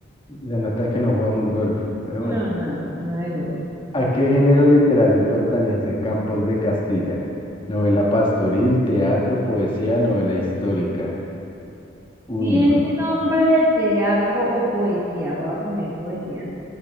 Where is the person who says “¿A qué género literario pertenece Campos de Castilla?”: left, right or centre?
Left